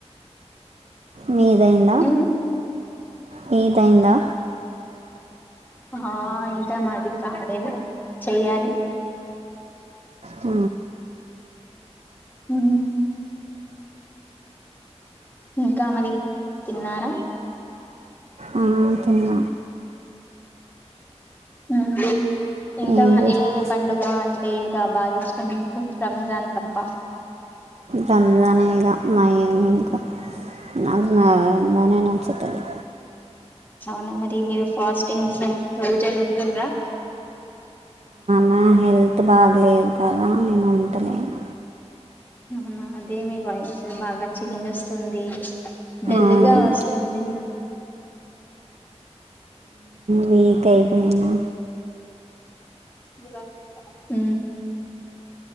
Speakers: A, on the right; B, on the left.
A: మీదైందా
B: మ్మ్
A: మీదైందా
B: ఆ ఇంకా మాకి కాలేదు చెయ్యాలి
A: ఊ
B: హు ఇంకా మరి తిన్నారా
A: ఆహా తిన్న
B: ఉహు ఏ ఇంకా
A: ఏం చేస్తాం
B: ఏ ఏ పండుగ అంటే ఇంకా బాగ ఇష్టం రంజాన్ తప్ప
A: రంజానే ఇగా మా ఇంకా నాకు రంజానే నచ్చుతది
B: అవునా మరి మీరు ఫాస్టింగ్స్ రోజులు ఉంటుండ్రా
A: నా హెల్త్ బాగలేదు కదా నేను ఉంటలేను
B: అవునా అదే మీ వాయిస్ బాగా చేంజ్ వస్తుంది ఢల్లుగా
A: అవును
B: వస్తుంది
A: వీక్ అయిపోయినా
B: <unintelligible> హు